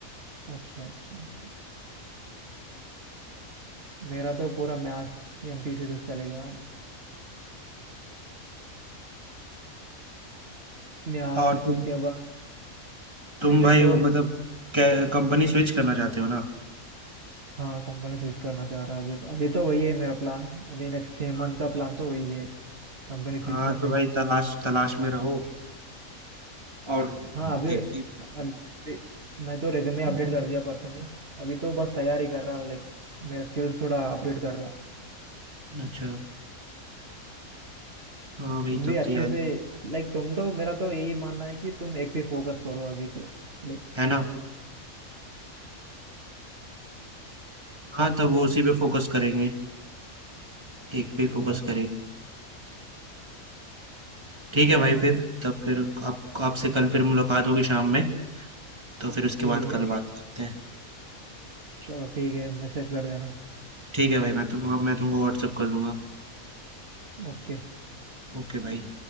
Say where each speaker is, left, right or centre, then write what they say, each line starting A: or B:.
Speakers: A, on the right (about 45°); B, on the right (about 20°).
A: अच्छा अच्छा अच्छा। मेरा तो पूरा म्यास एमपीसी से चलेगा म्यास
B: और तुम
A: उसके बाद
B: तुम
A: बीटेक
B: भाई
A: तो
B: वो मतलब कंपनी स्विच करना चाहते हो ना
A: हाँ कंपनी स्विच करना चाह रहा है अभी तो अभी तो वही है मेरा प्लान अभी नेक्स्ट छः
B: हाँ
A: मंथ का
B: तो भाई
A: प्लान तो वही है कंपनी स्विच
B: हाँ
A: करने
B: तो भाई
A: का
B: तलाश तलाश में रहो और
A: हाँ अभी
B: देखते
A: अभी मैं तो रेज्यूमे अपडेट
B: रहो
A: कर दिया परसों ही अभी तो बस तैयारी कर रहा हूँ, लाइक मेरा स्किल्स थोड़ा अपडेट कर रहा
B: अच्छा हाँ भाई
A: तुम
B: तब
A: भी अच्छे
B: तो यार
A: से लाइक तुम तो मेरा तो यही मानना है कि तुम एक पे फोकस करो अभी तो लाइक
B: है ना हाँ तब वो उसी पे फोकस करेंगे एक पे फोकस
A: हाँ
B: करेंगे ठीक
A: चलो
B: है भाई फिर
A: फिर
B: तब फिर आप आपसे कल फिर मुलाकात होगी शाम में तो फिर उसके
A: ठीक
B: बाद
A: है
B: कल बात करते हैं
A: चलो ठीक है मैसेज कर देना
B: ठीक है भाई मैं तुमको मैं तुमको व्हाट्सअप कर दूंगा
A: ओके
B: ओके भाई